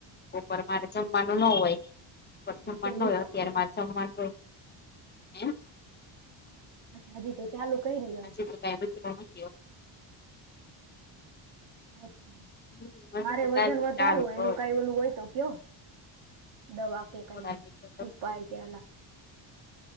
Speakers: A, on the left (about 20°); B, on the right (about 70°).
A: બપોરે મારે જમવાનું ન હોય, બોપરે જમવાનું
B: વજન
A: ન હોય
B: ઉતરો
A: અત્યારે
B: કે
A: મારે જમવા ગયો એમ
B: બસ હજી તો ચાલુ કર્યું લા
A: હજુ તો ટાઈમે જ ભણવા ગયો
B: અચ્છા
A: હમ
B: મારે
A: હજી તો
B: વજન
A: કાલથી
B: વધારવો
A: ચાલુ કરું
B: એનું કઈ
A: છું
B: ઓલું હોય તો કયો, દવા કે કઈ
A: થોડા દિવસો પછી
B: ઉપાય કે અલા